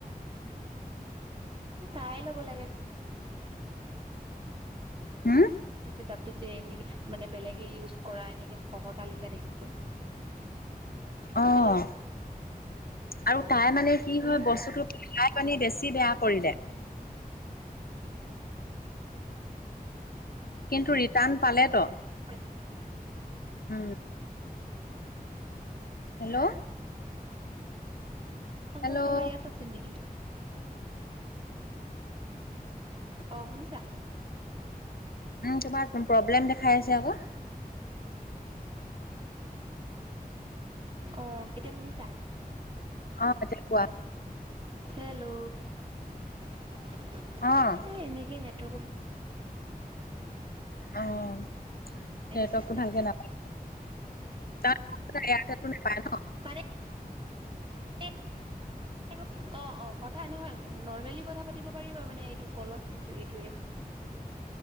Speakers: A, on the right; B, on the left.
A: তাই ল'ব লাগে
B: হুম।
A: ছেটআপ যে নেকি, মানে বেলেগে ইউজ কৰা এনেকে, খহতা লিখা দেখিছোঁ।
B: অ'।
A: হেল্ল'
B: আৰু তাই মানে কি
A: শুনি
B: হয়,
A: পাইছা
B: বস্তুটো তাই মানে বেছি বেয়া কৰিলে। কিন্তু, ৰিটাৰ্ণ পালেতো।
A: <inaudible>
B: উম। হেল্ল'।
A: পঞ্চাছ
B: হেল্ল'
A: টকা ইয়াত আছে নেকি? অ', শুনিছা।
B: উম, তোমাৰ প্ৰব্লেম দেখাই আছে আকৌ।
A: অ', এতিয়া শুনিছা।
B: অ', এতিয়া কোৱা।
A: হেল্ল' <inaudible>
B: অ'।
A: এ এনেকে নেটৱৰ্কৰ
B: অ'।
A: এনেকে
B: নেটৱৰ্কটো
A: চিষ্টেম
B: ভালকে নাপায় তাত, এয়াতেল টু <unintelligible> নেপাই ন?
A: <unintelligible> অ', অ' কথা নহয় নৰ্মেলি কথা পাতিব পাৰিবা মানে এইটো ক'লত কিন্তু এইটো এপত